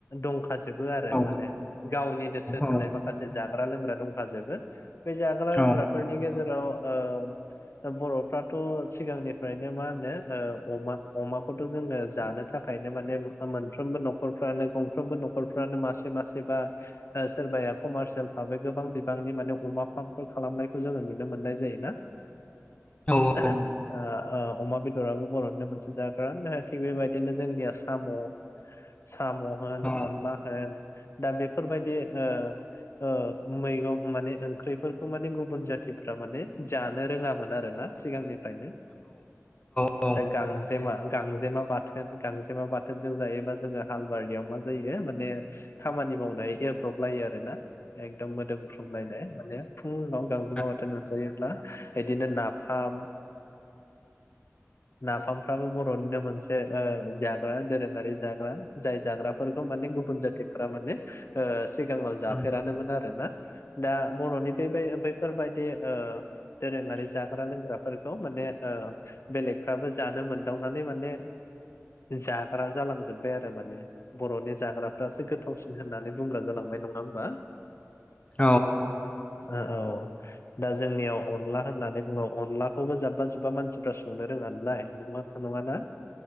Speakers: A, on the left (about 55°); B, on the left (about 25°).
A: दंखाजोबो आरो
B: औ
A: माने। गावनिनो सोरजिनाय
B: औ
A: माखासे जाग्रा लोंग्रा दंखाजोबो बे जाग्रा
B: औ
A: लोंग्राफोरनि गेजेराव औ ओ दा बरफ्रोथ सिगांनिफ्रायनो मा होनो ओ अमा अमा। थ जोङो जानो थाखायनो माने मोनफ्रोमबो नखरफ्रानो गंफ्रोमबो नखरफ्रानो मासे मासे बा सोरबाया कमारसियेल भाबै गोबां बिबांनि माने अमा फार्मफोर खालामनायखौ जोङो नुनो मोननाय जायो।
B: औ
A: <unintelligible> ओ औ अमा बेदराबो बरनिनो मोनसे जाग्रा थिग बेबायदिनो जोंनिया साम साम होन अनला
B: औ
A: होन दा बेफोरबायदि ओ, ओ मैगं माने ओंख्रिफोरखौ माने गुबुन जाथिफ्रा माने जानो रोंङामोन। आरोना सिगांनिफ्रायनो
B: औ औ
A: दा गांजेमा
B: जायो
A: गांजेमा बाथोन गांजेमा बाथोन जों जायोबा जोङो हालबारियाव मा जायो माने खामानि मावनो। <unintelligible> लायो आरोना। एकदम मोदोमफ्रुलायनाय माने फुंङाव गांजेमा
B: नोंथां
A: बाथोन मोजायोब्ला बिदिनो नाफाम नाफामफ्राबो बर'निनो मोनसे जाग्रा दोरोङारि जाग्रा, जाय जाग्रा फोरखौ माने गुबुन जाथिफोरा माने सिगाङाव
B: औ
A: जाफेरानोमोन आरो ना दा बर'नि बे बेैफोरबायदि दोरोङारि जाग्रा लोंग्रा। माने बेलेगफ्राबो जानो मोनदावनानै माने जाग्रा जालां जोबबाय आरो माने बर'नि जाग्राफ्रासो गोथावसिन होननानै बुंग्रा जालांबाय नङा होमबा?
B: औ
A: ओ औ दा जोंनियाव अनला होननानै बुङो अनदलाखौबो जाब्बा जुब्बा मानसिफ्रा संनो रोङा नालाय नङा नङाना।